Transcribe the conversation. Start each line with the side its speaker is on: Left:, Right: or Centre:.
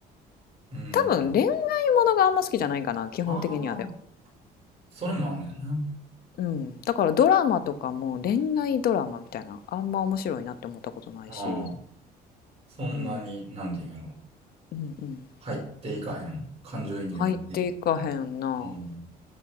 Right: うん。
Left: 多分、恋愛ものがあんま好きじゃないかな。基本的にはでも。
Right: ああ、それもあんねんな。
Left: うん。だから、ドラマとかも恋愛ドラマみたいな、あんま面白いなって思ったことないし。
Right: ああ、そんなに、
Left: うん。
Right: なんていうんやろ。
Left: うんうん。
Right: 入っていかへん。感情移入もせえへんみたいな。
Left: 入っていかへんな。
Right: うん。